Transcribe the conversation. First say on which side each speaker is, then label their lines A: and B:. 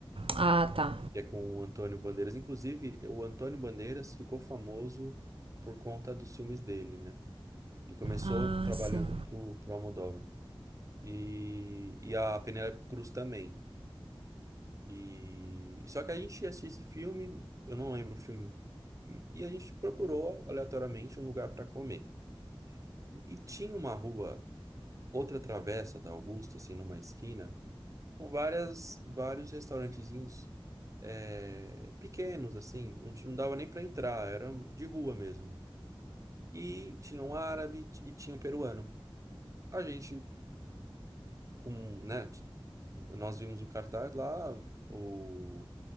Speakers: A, on the right; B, on the right.
A: Ah, tá.
B: que é com o Antônio Bandeiras. Inclusive, o Antônio Bandeiras ficou famoso por conta dos filmes dele, né? Ele começou
A: Ah,
B: trabalhando
A: sim.
B: pro, pro Almodóvar. E, e a Penélope Cruz também. E, só que a gente assistiu esse filme, eu não lembro o filme, e a gente procurou aleatoriamente um lugar para comer. E tinha uma rua. outra travessa da Augusta, assim, numa esquina, com várias, vários restaurantezinhos é, pequenos, assim, não, ti- não dava nem para entrar, era de rua mesmo. E tinha um árabe e tinha um peruano. A gente, com, né, t- nós vimos o cartaz lá, o